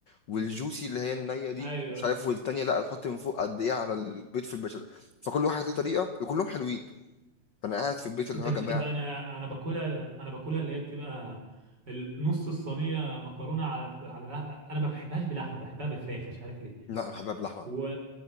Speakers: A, on the left (about 60°); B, on the right (about 35°).
A: والجوسي اللي هي النيه دي
B: ايوه
A: مش عارف والتانيه لا تحط من فوق قد ايه على البيض في البشاميل فكل واحد ليه طريقه وكلهم حلوين فانا قاعد في البيت اللي
B: انت
A: هو يا
B: بتحب
A: جماعه
B: انا انا باكلها انا باكلها اللي هي بتبقى ال- نص الصينيه مكرونه على على لا انا ما بحبهاش بلحمه بحبها بفراخ مش عارف ليه
A: لا انا حباب لحمه
B: و...